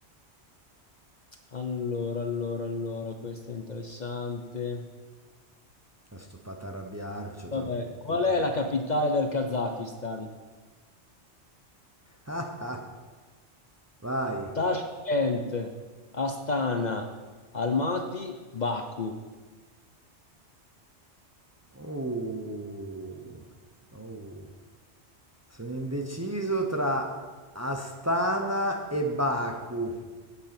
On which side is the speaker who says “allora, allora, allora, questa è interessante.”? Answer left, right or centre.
Left